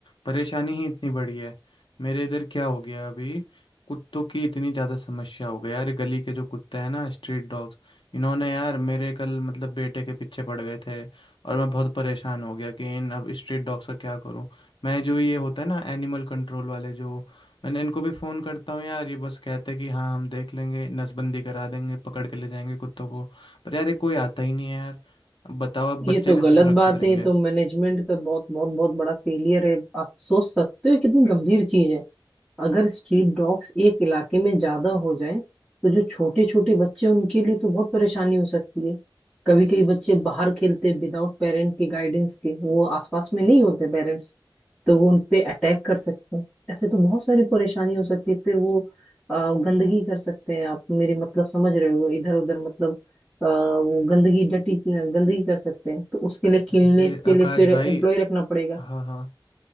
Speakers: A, on the left; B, in the centre.
A: परेशानी ही इतनी बड़ी है मेरे इधर क्या हो गया अभी कुत्तों की इतनी ज़्यादा समस्या हो गई यार ये गली के जो कुत्ते हैं ना स्ट्रीट डॉग्स इन्होंने यार मेरे कल मतलब बेटे के पीछे पड़ गए थे और मैं बहुत परेशान हो गया कि इन अब स्ट्रीट डॉग्स का क्या करूं मैं जो ये होता है ना एनिमल कंट्रोल वाले जो मैंने इनको भी फ़ोन करता हूँ यार ये बस कहते हैं कि हाँ हम देख लेंगे नसबंदी करा देंगे पकड़ के ले जाएंगे कुत्तों को पर यार ये कोई आता ही नहीं है यार अब बताओ अब बच्चे
B: ये तो
A: कैसे
B: गलत
A: सुरक्षित
B: बात
A: रहेंगे
B: है ये तो मैनेजमेंट का बहुत बहुत बहुत बड़ा फेलियर है आप सोच सकते हो कितनी गंभीर चीज है अगर स्ट्रीट डॉग्स एक इलाके में ज्यादा हो जाएं तो जो छोटे छोटे बच्चे हैं, उनके लिए तो बहुत परेशानी हो सकती है कभी कभी बच्चे बाहर खेलते विदाउट पेरेंट के गाइडेंस के वो आसपास में नहीं होते पेरेंट्स तो वो उन पे अटैक कर सकते हैं ऐसे तो बहुत सारी परेशानी हो सकती है फिर वो आ, गंदगी कर सकते हैं आप मेरी मतलब समझ रहे हो इधर उधर मतलब आ, वो गंदगी डटी गंदगी कर सकते हैं तो उसके लिए क्लीननेस
A: अरे
B: के
A: आकाश
B: लिए फिर एम्प्लॉय
A: भाई
B: रखना पड़ेगा
A: हाँ हाँ